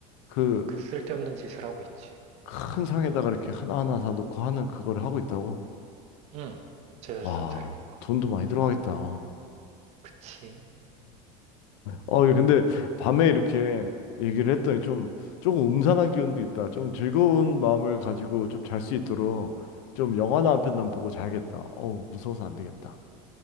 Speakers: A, on the left; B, on the right.
A: 그
B: 그 쓸데없는 짓을 하고 있지.
A: 큰 상에다가 이렇게 하나하나 다 놓고 하는 그거를 하고 있다고?
B: 응, 제사상
A: 와,
B: 차리는 거.
A: 돈도 많이 들어가겠다.
B: 그치.
A: 어, 예, 근데 밤에 이렇게 얘기를 했더니 좀 조금 음산한 기운도 있다. 좀 즐거운 마음을 가지고 좀 잘 수 있도록 좀 영화나 한 편 난 보고 자야겠다. 어우, 무서워서 안 되겠다.